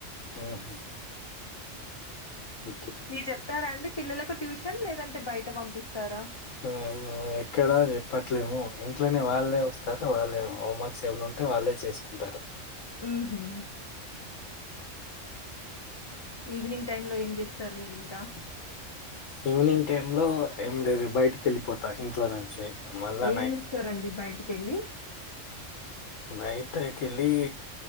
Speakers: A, on the left; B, on the left.
A: ఉమ్ హూ
B: మీర్ చెప్తారండి పిల్లలకు ట్యూషన్ లేదంటే బయట పంపిస్తారా
A: ఆ హా ఎక్కడా చెప్పట్లేము ఇంట్లోనే వాళ్ళే వస్తారు వాళ్ళే హోమ్వర్క్స్ ఎమైనా ఉంటే వాళ్ళే చేసుకుంటారు
B: ఉమ్ హూ ఈవినింగ్ టైమ్ లో ఏం చేస్తారు మీరు ఇంకా
A: ఈవినింగ్ టైమ్ లో ఏం లేదు బయటికి వెళ్ళిపోతా ఇంట్లో నుంచి మళ్ళా
B: ఏం చిప్తారండి బయటికెళ్ళి
A: బయటకెళ్ళి